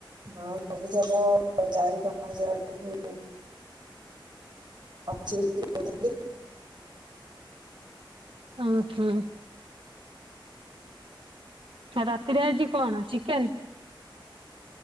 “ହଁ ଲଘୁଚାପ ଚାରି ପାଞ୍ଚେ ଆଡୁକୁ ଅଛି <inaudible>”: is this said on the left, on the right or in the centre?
Right